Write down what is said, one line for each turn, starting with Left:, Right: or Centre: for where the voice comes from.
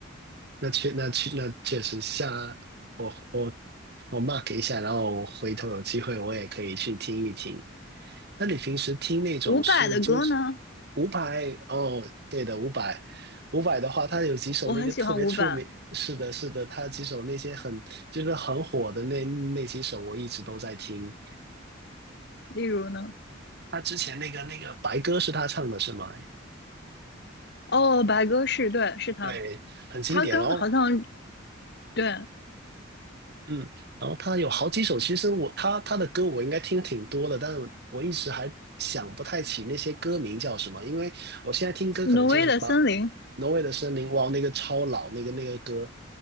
Right: 那确那确那确实下我我我 mark 一下，然后我回头有机会我也可以去听一听。那你平时听那种是就是
Left: 伍佰的歌呢，
Right: 伍佰哦，对的，伍佰，伍佰的话，他有几首那个特别出名，
Left: 我很喜欢伍佰，
Right: 是的，是的，他几首那些很就是很火的那那几首，我一直都在听。
Left: 例如呢，
Right: 他之前那个那个白歌是他唱的是吗？
Left: 哦，白鸽是，对，是他，
Right: 对，很经典。
Left: 他跟好像
Right: 然后
Left: 对
Right: 嗯，然后他有好几首，其实我他他的歌我应该听挺多的，但是我我一直还想不太起那些歌名叫什么，因为我现在听歌可能就是把
Left: 挪威的森林，
Right: 《挪威的森林》哇，那个超老，那个那个歌